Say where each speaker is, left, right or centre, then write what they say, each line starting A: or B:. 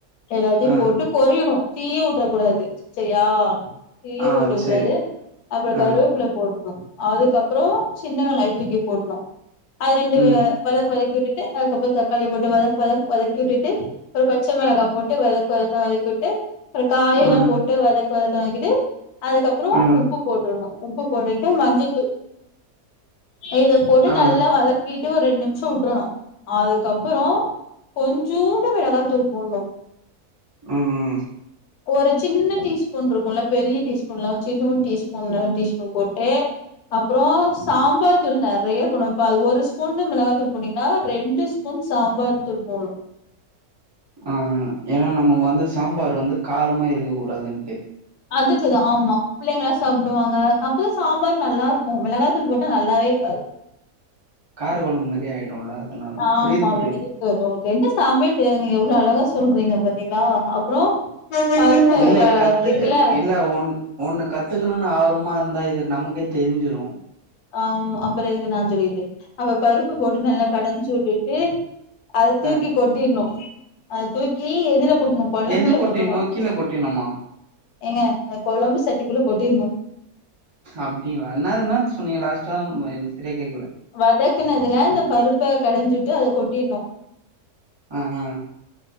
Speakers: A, on the left; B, on the right.
A: எல்லாத்தையு
B: ஆ
A: போட்டு பொறியணு தீய வுட்றக் கூடாது சரியா தீய
B: ஆ
A: விடக்கூடாது
B: செரி
A: அப்ற
B: ஆ
A: கருவேப்பில்ல போடு அதுக்கப்பறோ சின்ன வெங்காயத்த தூக்கி போடணு அது ரெண்டு
B: ம்
A: வதக்கு வதக்கி விட்டுட்டு அதுக்கப்பற தக்காளிய போட்டு வதக் வதக் வதக்கி வுட்டுட்டு ஒரு பச்ச மிளகா போட்டு வதக் வதக் வதக்கி விட்டு அப்பற காயெல்லாம்
B: ஆ
A: போட்டு வதக் வதக் வதக்கிட்டு அதுக்கப்பற
B: ஆ
A: உப்பு போட்டுணும் உப்பு போட்டுட்டு மஞ்ச தூள் இது போட்டு
B: ஆ
A: நல்லா வதக் கிட்டு ஒரு ரெண்டு நிமிஷ வுட்டுறணு அதுக்கப்பறோ கொஞ்சோண்டு மிளகா தூள் போடணு
B: ம் ம்
A: ஒரு சின்ன டீஸ்பூன் இருக்குல்ல பெரிய டீஸ்பூன் இல்லாம சின்னுண்டு டீஸ்பூன் க்கும்ல டீ ஸ் ஏ அப் அப்றோ சாம்பார் தூள் நறைய இப்ப அது ஒரு ஸ்பூன் ல மிளகா தூள் போட்டீங்கனா ரெண்டு ஸ்பூன் சாம்பார் தூள் போட்ணு
B: ஆ ஏன்னா நமக்கு வந்து சாம்பார் வந்து காரமா இருக்க கூடாதுன்ட்டு
A: அதுக்கு தா ஆமா பிள்ளைங்கலா சாப்டுவாங்க அப்ப தா சாம்பார் நல்லா இருக்கு மிளகா தூள் போட்டா நல்லாவே இருக்காது
B: காரக் கொழும்பு சரி ஆயிடும்ல அதனால தா
A: ஆமா
B: புரிது புரிது
A: வெரி குட் உங்களுக்கு என்ன சமையல் தெரியாதுங்க எவ்ள அழகா சொல்றீங்க பாத்தீங்களா அப்றோ பருப்பு
B: இல்ல
A: அ
B: கத்துக்கு
A: இருக்குல
B: இல்ல ஒன்னு ஒண்ணு கத்துக்கு இருக்கணுனு ஆர்வமா இந்தா இது நமக்கே தெரிஞ்சுரும்
A: ஆ அப்பற எதுக்கு நா சொல்லிட்டு அப்ப பருப்பு போட்டு நல்லா கடைஞ்சு விட்டுட்டு அத தூக்கி
B: ஆ
A: கொட்டிட்ணு அது தூக்கி எதுல கொட்ணு கொழம்புல
B: எது கொட்டிடணு
A: கொட்டணு
B: கீழ கொட்டினுமா
A: ஏங்க அந்த கொழம்பு சட்டிக்குள்ள கொட்டிட்ணு
B: அப்டிங்களா என்னதுனா இப்ப நீங்க லாஸ்ட்டா ம் எனக்கு சரியா கேக்கல
A: வதக்குனதுல இந்த பருப்ப கடைஞ்சுட்டு அத கொட்டிடணு
B: ஆ ஆ